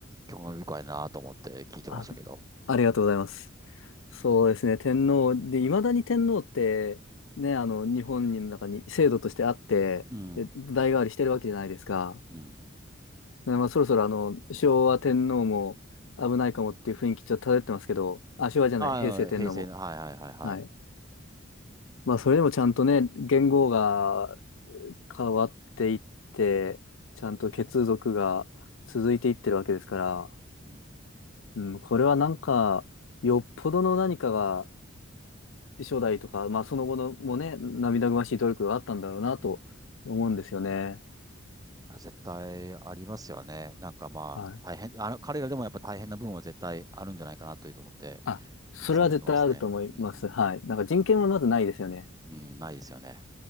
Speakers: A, on the right; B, on the left.
A: 興味深いなと思って聞いてましたけど。
B: あ、ありがとうございます。そうですね、天皇。で、いまだに天皇って、ね、あの、日本の中に制度としてあって、
A: うん。
B: で、代替わりしてるわけじゃないですか。
A: うん。
B: でまあ、そろそろ、あの、昭和天皇も危ないかもっていう雰囲気ちょっと漂ってますけど、あ、昭和じゃない、
A: ああ、
B: 平成天皇も。
A: 平成の、はいはいはいはい。
B: はい。まあ、それでもちゃんとね、元号が変わっていって、ちゃんと血族が続いていってるわけですから、
A: うん
B: うん、これはなんか、よっぽどの何かが初代とか、まあその後のもね、涙ぐましい努力があったんだろうなと思うんですよね。
A: あ絶対ありますよね。なんかまあ、
B: はい。
A: 大変、あの、彼らでもやっぱ大変な部分は絶対あるんじゃないかなというと思って、
B: あ、それは絶対あると思います。
A: いつも見てますね。うん。
B: はい。なんか人権はまずないですよね。
A: うん、ないですよね。